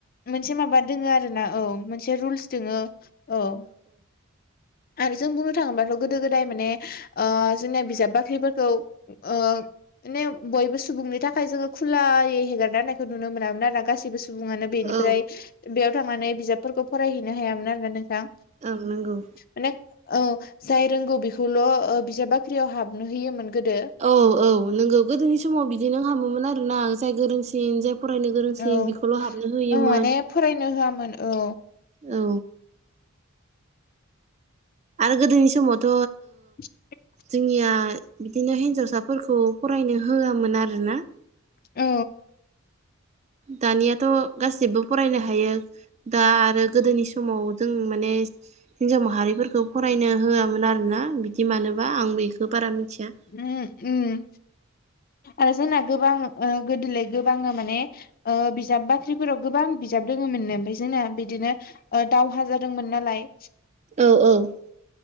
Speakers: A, on the left (about 40°); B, on the right (about 30°).
A: मोनसे माबा दोङो आरो ना औ मोनसे रुलस दोङो औ आरो जों बुंनो थाङोबाथ' गोदो गोदाय माने ओ जोंना बिजाब बाख्रिफोरखौ ओ माने बयबो सुबुंनि थाखाय जोङो खुलायै हगारना होनायखौ नुनो मोनामोन आरो ना गाससिबो सुबुङानो बेनिफ्राय
B: औ
A: बेयाव थांनानै बिजाबफोरखौ फरायहैनो हायामोन आरोना नोंथां।
B: औ नंगौ।
A: माने औ जाय रोंगौ बेखौल' ओ बिजाब बाख्रियाव हाबनो होयोमोन गोदो।
B: औ औ नोंगौ गोदोनि समाव बिदि नों हामोमोन आरोना जाय गोरोंसि सिन‌ जाय फरायनो गोरोंसिन
A: औ
B: बेखौल' हाबनो होयोमोन
A: औ माने फरायनो होआमोन औ।
B: औ। आरो गोदोनि समावथ'
A: <unintelligible>
B: जोंनिया बिदिनो हिनजावसाफोरखौ फरायनो होआमोन आरोना
A: औ।
B: दानियाथ' गासिबो फरायनो हायो। दा आरो गोदोनि समाव जों माने हिनजाव माहारिफोरखौ फरायनो होआमोन आरोना बिदि मानोबा आं बेखो बारा मिथिया।
A: उम उम आरो जोंना गोबां गोदोलाय गोबाङ माने ओ बिजाब बाख्रिफोराव गोबां बिजाब दोङोमोननो ओमफाय जोंना बिदिनो दावहा जादोंमोन नालाय
B: औ औ।